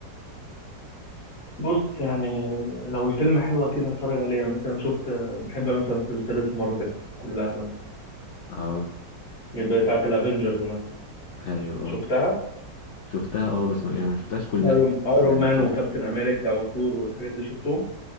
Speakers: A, on the left; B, on the left.
A: بص يعني لو الفيلم حلو اكيد هتفرج عليه يعني مثلا شفت آه، بحب مثلا سلسلة مارفل كلها مثلا
B: اه
A: يبقى بتاعت الافينجرز مثلا
B: ايوه اه
A: شفتها
B: شفتها اه بس ما يعني ما شفتهاش كلها
A: ايرون
B: بس
A: ايرون
B: يعني
A: مان
B: شفت
A: وكابتن امريكا وثور والحاجات دي شفتهم